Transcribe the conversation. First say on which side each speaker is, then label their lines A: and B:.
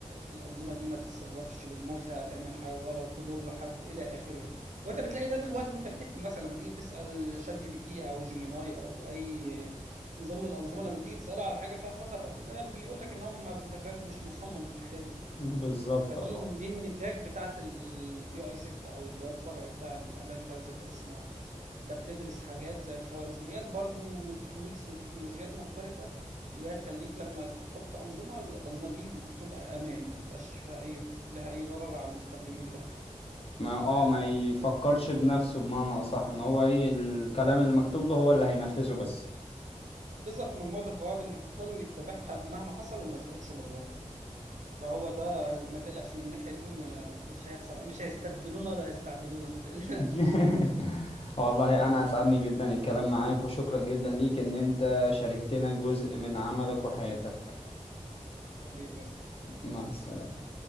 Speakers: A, on the right; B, on the left.
A: الانظمه دي ما تتصرفش بدماغها تعمل حاجه غلط تضر حد الى اخره يعني وانت بتلاقي ده دلوقتي وانت بتكتب مثلا لما تيجي تسال شات جي بي تي او جيميناي او اي نظام من الانظمه لما تيجي تساله على حاجه فيها خطر او كده بيقول لك ان هم انت فاهم مش مصمم للحاجات دي يعني.
B: بالظبط
A: فدي
B: اه
A: دي النتاج بتاعت الاي اي سيفت او اللي هو الفرع بتاع الامان بتاع الذكاء الصناعي يعني. انت بتدرس حاجات زي خوارزميات برضو وتكنيكس وتكنولوجيات مختلفة اللي هي تخليك لما تحط أنظمة الأنظمة دي تبقى أمان ما تبقاش فيها أي لها أي ضرر على المستخدمين بتوعها يعني
B: ما اه ما يفكرش بنفسه بمعنى اصح ان هو ايه الكلام اللي مكتوب له هو اللي هينفذه بس
A: بالظبط مجموعة القواعد اللي محطوطة له يتبعها مهما حصل وما يخرجش براها يعني فهو ده يعني ما تقلقش من الناحية دي ما مش هيحصل مش هيستبدلونا ولا هيستعبدونا ما تقلقش
B: <laughs>
A: <laughs>
B: والله انا اسعدني جدا الكلام معاك وشكرا جدا ليك ان انت شاركتنا جزء من عملك وحياتك
A: حبيبي يا سيف
B: مع السلامة